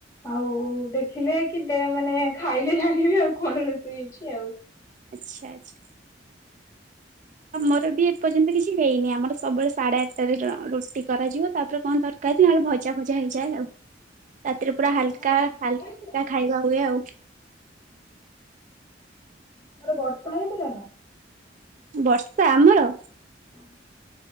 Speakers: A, on the left; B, on the right.
A: ଆଉ ଦେଖିଲେ କି ମାନେ ଖାଇଲେ ଜାଣିବି ଆଉ। କଣ ରୋଷେଇ ହେଇଛି ଆଉ।
B: ଆଚ୍ଛା ଆଚ୍ଛା। ଆମର ବି ଏପର୍ଯ୍ୟନ୍ତ କିଛି ହେଇନି। ଆମର ସବୁବେଳେ ସାଢେ ଆଠଟାରେ ରୁଟି କରାଯିବ ତାପରେ କଣ ତର କାରୀ ନହେଲେ ଭଜା ଫଜା ହେଇଯାଏ ଆଉ। ରାତିରେ ପୁରା
A: ଆଉ
B: ହାଲକା
A: ତମର ବର୍ଷା
B: ହାଲକା
A: ହେଇଥିଲା ନା
B: ଖାଇବା ହୁଏ ଆଉ।
A: ତାମର ବର୍ଷା ହେଇଥିଲାନା?
B: ବର୍ଷା ଆମର।
A: ହଁ